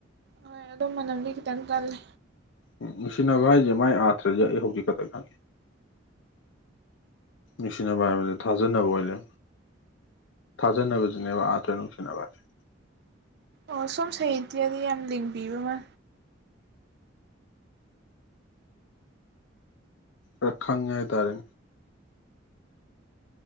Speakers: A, on the right (about 60°); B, on the left (about 70°).
A: ꯍꯣꯏ ꯑꯗꯣ ꯃꯅꯝꯗꯤ ꯈꯤꯇꯪ ꯀꯜꯂꯦ
B: ꯎ ꯅꯨꯡꯁꯤꯅꯕ ꯍꯥꯏꯁꯦ ꯃꯥꯏ ꯑꯥꯊ꯭ꯔꯁ ꯑꯩ ꯍꯧꯖꯤꯛ ꯈꯛꯇ ꯈꯪꯉꯤ ꯅꯨꯡꯁꯤꯅꯕ ꯍꯥꯏꯕꯂ ꯊꯥꯖꯟꯅꯅꯕ ꯑꯣꯏꯂꯦ ꯊꯥꯖꯅꯕꯁꯨꯅꯦꯕ ꯑꯥꯇ꯭ꯔ ꯅꯨꯡꯁꯤꯅꯕ ꯍꯥꯏꯁꯦ
A: ꯑꯣ ꯁꯨꯝ ꯁꯩꯍꯤꯗꯤꯌꯥꯗꯤ ꯌꯥꯝ ꯂꯤꯡꯕꯤꯕꯃ
B: ꯔꯈꯥꯡꯒꯦ ꯏ ꯇꯔꯦ